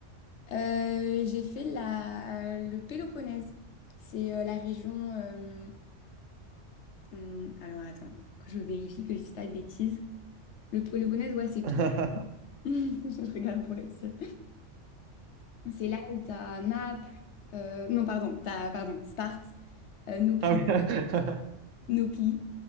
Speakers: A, on the left; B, on the right.
A: Euh, j'ai fait la, le Péloponnèse. C'est euh, la région. euh, hum, alors attends, faut que je vérifie que je dise pas de bêtises. Le Péloponnèse, ouais, c'est
B: <laughs>
A: tout. <laughs> Je regarde pour être sûre. C'est là où t'as Naples. euh, non, pardon, t'as, pardon, Sparte, euh, Nopli,
B: Ah ouais. <laughs>
A: Nopli,